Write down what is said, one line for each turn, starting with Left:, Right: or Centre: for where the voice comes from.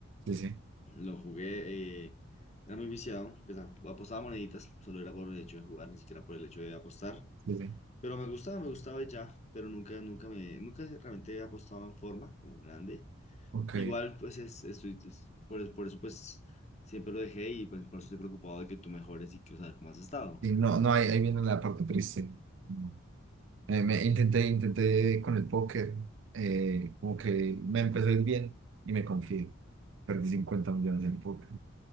Right: Sí, sí,
Left: Lo jugué, eh, era muy viciado. pues, a- apostaba moneditas, solo era por el hecho de jugar, ni siquiera por el hecho de apostar.
Right: sí, sí.
Left: Pero me gustaba, me gustaba y ya, pero nunca, nunca me, nunca realmente he apostado en forma, como grande.
Right: Ok.
Left: Igual, pues es, estoy, es- por, es por eso, pues siempre lo dejé y pues por eso estoy preocupado de que tú mejores y quiero saber cómo has estado.
Right: Y no, no, ahí, ahí viene la parte triste. No. Eh, me intenté, intenté con el póker. eh, como que me empezó a ir bien y me confié. Perdí 50 millones en póker.